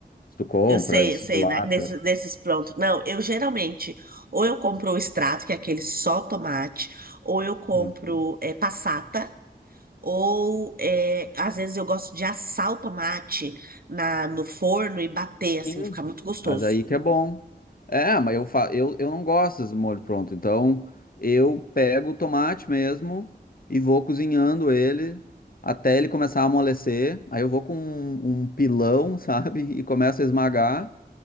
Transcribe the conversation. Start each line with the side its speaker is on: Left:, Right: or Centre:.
Left: se tu compra,
Right: Eu sei,
Left: esse
Right: eu sei,
Left: de lata.
Right: né? Desses, desses prontos. Não, eu geralmente, ou eu compro o extrato, que é aquele só tomate, ou eu compro
Left: Uhum.
Right: é, passata, ou é, às vezes eu gosto de assar o tomate na, no forno e bater, assim,
Left: Sim,
Right: fica muito gostoso.
Left: mas aí que é bom. É, mas eu, fa eu, eu não gosto desse molho pronto, então eu pego o tomate mesmo e vou cozinhando ele até ele começar a amolecer. Aí eu vou com um, um pilão, <laughs> sabe, e começo a esmagar